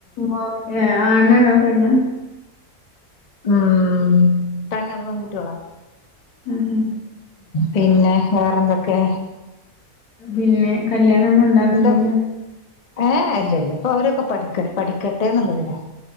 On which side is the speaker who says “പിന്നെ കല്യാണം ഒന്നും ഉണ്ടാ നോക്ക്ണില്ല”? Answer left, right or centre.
Left